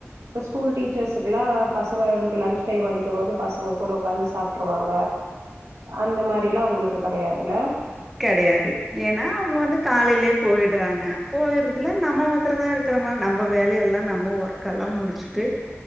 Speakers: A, on the right; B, in the centre.
A: இப்ப ஸ்கூல் டீச்சர்ஸ்க்குலா பசங்களுக்கு லஞ்ச் டைம் அடிக்கும் போது பசங்க கூட உக்காந்து சாப்ட்டுருவாங்க அந்த மாரிலா உங்களுக்கு கெடையாதுல்ல
B: கெடயாது ஏன்னா அவங்க வந்து காலையிலயே போயிடுறாங்க போயறதுல நம்ம மத்திர தா இருக்கிறோமா நம்ம வேலையெல்லா நம்ம ஒர்க்கெல்லா முடிச்சுட்டு